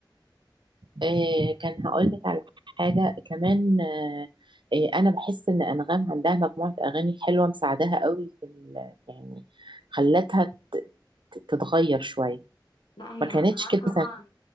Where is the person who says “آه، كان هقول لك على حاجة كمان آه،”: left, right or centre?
Right